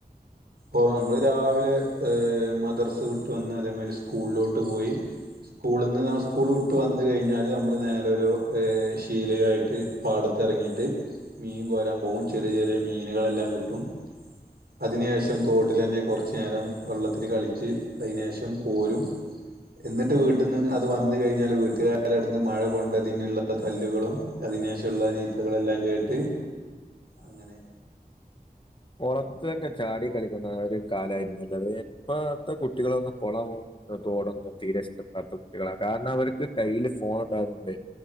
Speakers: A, on the right; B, on the left.
A: ഓ നമ്മള് രാവിലെ ഏ മദർസ് വിട്ട് വന്ന് അതെമാരി സ്കൂൾലോട്ട് പോയി സ്കൂള്ന്ന് സ്കൂൾ വിട്ട് വന്ന് കഴിഞ്ഞാല് നമ്മൾ നേരെ ഒരു ഈഹ് ചീലയും ആയിട്ട് പാടത്തിറങ്ങിയി ട്ട് മീൻ കോരാൻ പോകും ചെറിയ ചെറിയ മീനുകളെല്ലാം കിട്ടും അതിനുശേഷം പ്പം തോട്ടിലന്നെ കുറച്ച് നേരം വള്ളത്തിൽ കളിച്ച് അയിനെശം പോരും എന്നിട്ട് വീട്ട്ന്ന് അത്
B: ആ
A: വന്ന് കഴിഞ്ഞാല് വീട്ടുകാ രടുന്ന് മഴകൊണ്ടതിനുള്ള തല്ലുകളും അതിനെഷമുള്ള ചീത്തകളെല്ലാം കേട്ട് അങ്ങനെ
B: കുളത്തിലോക്കെ ചാടി കളിക്കുന്ന ആ ഒരു കാലായിരുന്നു ന്നല്ലത് ഇപ്പത്തെ കുട്ടികളോന്നും കുളവോ പ്പോ തോടൊന്നും തീരെ ഇഷ്ടപ്പെടാത്ത കുട്ടികളാ കാരണം അവർക്ക് കയ്യില് ഫോൺ ഉണ്ടായതുകൊണ്ട്